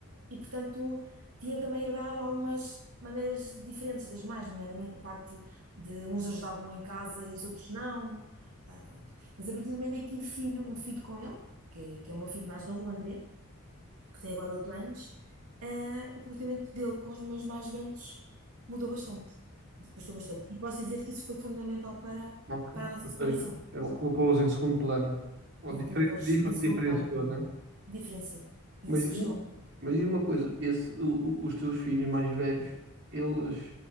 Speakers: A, on the right (about 75°); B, on the right (about 50°).
A: e, portanto, tinham também herdado algumas maneiras diferentes das mães, nomeadamente a parte de uns ajudavam em casa e os outros não. Ah, pronto. Mas a partir do momento em que tive filho, um filho com ele, que, é- que é o meu filho mais novo, o André, que tem agora 8 anos, ah, o comportamento dele com os meus mais velhos mudou bastante. Depois bastante. E posso dizer que isso foi fundamental para,
B: Ok.
A: para a nossa
B: Ou
A: separação.
B: seja, ele colocou-os em segundo plano. Ou
A: Col-
B: difer-
A: Colocou-os
B: difer-
A: em segundo
B: diferenciou,
A: plano.
B: né?
A: Diferenciou. E
B: Mas
A: isso
B: diz-me
A: custou-me.
B: mas diz-me uma coisa, esse, o- o- os teus filhos mais velhos, eles